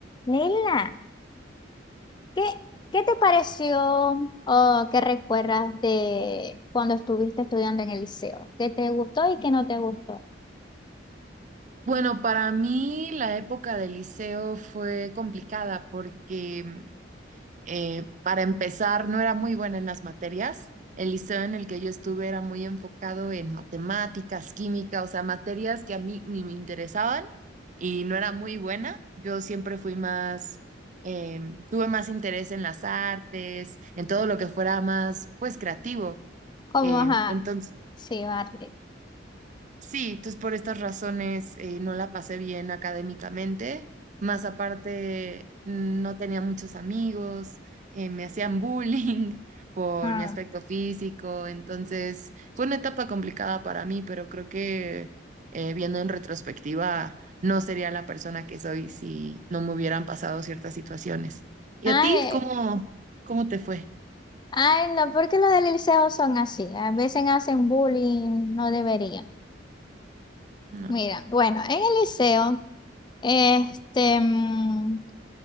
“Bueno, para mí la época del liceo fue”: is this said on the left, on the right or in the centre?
Right